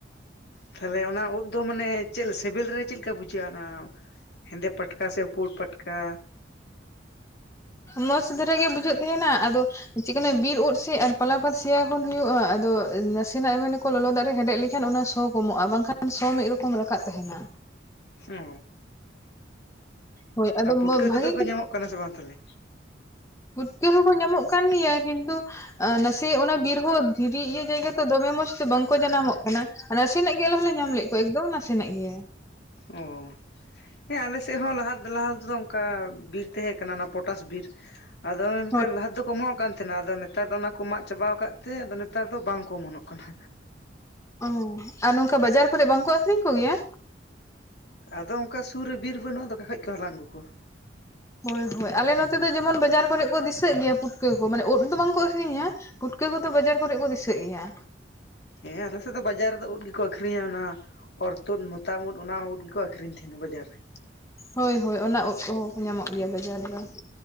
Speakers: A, on the left (about 65°); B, on the left (about 15°).
A: ᱛᱟᱦᱚᱞᱮ ᱚᱱᱟ ᱩᱫ ᱫᱚ ᱢᱟᱱᱮ ᱪᱮᱫ ᱥᱮᱵᱮᱞ ᱨᱮ ᱪᱮᱫ ᱞᱮᱠᱟ ᱵᱩᱡᱷᱟᱹᱜᱼᱟ ᱚᱱᱟ? ᱦᱮᱸᱫᱮ ᱯᱟᱴᱠᱟ ᱥᱮ ᱯᱩᱲ ᱯᱟᱴᱠᱟ᱾
B: ᱢᱚᱸᱡᱽ ᱫᱷᱟᱨᱟ ᱜᱮ ᱵᱩᱡᱷᱟᱹᱜ ᱛᱟᱦᱮᱱᱟ ᱟᱫᱚ᱾ ᱪᱮᱫ ᱵᱤᱨ ᱩᱫ ᱥᱮ ᱟᱨ ᱯᱟᱞᱟ ᱯᱟᱛ ᱥᱮᱭᱟ ᱠᱷᱚᱱ ᱦᱩᱭᱩᱜᱭᱼᱟ ᱟᱫᱚ ᱱᱟᱥᱮᱱᱟᱜ ᱮᱢᱱᱟᱠᱚ ᱞᱚᱞᱚ ᱫᱟᱜ ᱨᱮ ᱦᱮᱰᱮᱡ ᱞᱟᱹᱜᱤᱫ᱾ ᱮᱠᱷᱟᱱ ᱚᱱᱟ ᱥᱚ ᱠᱚᱢᱚᱜᱼᱟ ᱵᱟᱝᱠᱷᱟᱱ ᱥᱚ ᱢᱤᱫ ᱨᱚᱠᱚᱢ ᱨᱟᱠᱟᱵ ᱛᱟᱦᱮᱱᱟ᱾
A: ᱚ
B: ᱦᱳᱭ ᱟᱫᱚ
A: ᱟᱨ ᱯᱩᱴᱠᱟᱹ
B: ᱵᱷᱟᱜᱤ
A: ᱠᱚᱫᱚ ᱠᱚ ᱧᱟᱢᱚᱜ ᱠᱟᱱᱟ ᱥᱮ ᱵᱟᱝ ᱛᱟᱦᱚᱞᱮ?
B: ᱯᱩᱴᱠᱟᱹ ᱦᱚᱸᱠᱚ ᱧᱟᱢᱚᱜ ᱠᱟᱱ ᱜᱮᱭᱟ ᱠᱤᱱᱛᱩ᱾ ᱱᱟᱥᱮ ᱚᱱᱟ ᱵᱤᱨ ᱦᱚ ᱫᱷᱤᱨᱤ ᱤᱭᱟᱹ ᱡᱟᱭᱜᱟ ᱛᱚ ᱫᱚᱢᱮ ᱢᱚᱸᱡᱽ ᱫᱚ ᱵᱟᱝᱠᱚ ᱡᱟᱱᱟᱢᱚᱜ ᱠᱟᱱᱟ᱾ ᱱᱟᱥᱮᱱᱟᱜ ᱜᱮ ᱟᱞᱮ ᱦᱚᱸᱞᱮ ᱧᱟᱢ ᱞᱮᱫ ᱠᱚᱣᱟ ᱮᱠᱫᱚᱢ ᱱᱟᱥᱮᱱᱟᱜ ᱜᱮ᱾
A: ᱚ ᱦᱮᱸ ᱟᱞᱮ ᱥᱮᱫ ᱦᱚᱸ ᱞᱟᱦᱟ ᱞᱟᱦᱟ ᱛᱮᱫᱚ ᱚᱱᱠᱟ ᱵᱤᱨ ᱛᱟᱦᱮᱸ ᱠᱟᱱᱟ ᱯᱚᱴᱟᱥ ᱵᱤᱨ᱾ ᱟᱫᱚ ᱢᱮᱱᱠᱷᱟᱱ
B: ᱦᱳᱭ
A: ᱞᱟᱦᱟ ᱛᱮᱫᱚ ᱠᱚ ᱚᱢᱚᱜ ᱠᱟᱱ᱾ ᱛᱟᱦᱮᱱᱟ ᱟᱫᱚ ᱱᱮᱛᱟᱨ ᱫᱚ ᱚᱱᱟ ᱠᱚ ᱢᱟᱜ ᱪᱟᱵᱟᱣ ᱟᱠᱟᱫ ᱛᱮ ᱟᱫᱚ ᱱᱮᱛᱟᱨ ᱫᱚ ᱵᱟᱝᱠᱚ ᱚᱢᱚᱱᱚᱜ ᱠᱟᱱᱟ᱾
B: ᱚ ᱟᱨ ᱱᱚᱝᱠᱟ ᱵᱟᱡᱟᱨ ᱠᱚᱨᱮ ᱵᱟᱝᱠᱟ ᱟᱠᱷᱨᱤᱧ ᱠᱚᱜᱮᱭᱟ?
A: ᱟᱫᱚ ᱚᱱᱠᱟ ᱥᱩᱨ ᱨᱮ ᱵᱤᱨ ᱵᱟᱹᱱᱩᱜᱼᱟ ᱟᱫ ᱚᱠᱟ ᱠᱷᱟᱡ ᱠᱚ ᱦᱟᱞᱟᱝ ᱟᱹᱜᱩ ᱠᱚᱣᱟ᱾
B: ᱦᱳᱭ ᱦᱳᱭ ᱟᱞᱮ ᱱᱚᱛᱮ ᱫᱚ ᱡᱮᱢᱚᱱ ᱵᱟᱡᱟᱨ ᱠᱚᱨᱮ ᱠᱚ ᱫᱤᱥᱟᱹᱜ ᱜᱮᱭᱟ ᱯᱩᱴᱠᱟᱹ ᱠᱚ ᱢᱟᱱᱮ ᱩᱫ ᱫᱚ ᱵᱟᱝᱠᱚ ᱟᱹᱠᱷᱨᱤᱧᱟ ᱜᱩᱴᱠᱟᱹ ᱠᱚᱫᱚ ᱵᱟᱡᱟᱨ ᱠᱚᱨᱮ ᱠᱚ ᱫᱤᱥᱟᱹᱜ ᱜᱮᱭᱟ᱾
A: ᱦᱮᱸ ᱟᱞᱮᱥᱮᱫ ᱫᱚ ᱵᱟᱡᱟᱨ ᱨᱮᱫᱚ ᱩᱫ ᱜᱮᱠᱚ ᱟᱹᱷᱨᱤᱧᱟ ᱚᱱᱟ ᱚᱨᱛᱩᱩᱫ ᱢᱚᱛᱟᱢ ᱩᱫ ᱚᱱᱟ ᱩᱫ ᱜᱮᱠᱚ ᱟᱹᱷᱨᱤᱧᱟ᱾ ᱟᱠᱷᱨᱤᱧ ᱛᱟᱦᱮᱱᱟ ᱵᱟᱡᱟᱨ ᱨᱮ᱾
B: ᱦᱳᱭ ᱦᱳᱭ ᱚᱱᱟ ᱩᱫ ᱠᱚᱦᱚᱸ ᱠᱚ ᱧᱟᱢᱚᱜ ᱜᱮᱭᱟ ᱵᱟᱡᱟᱨ ᱨᱮᱫᱚ᱾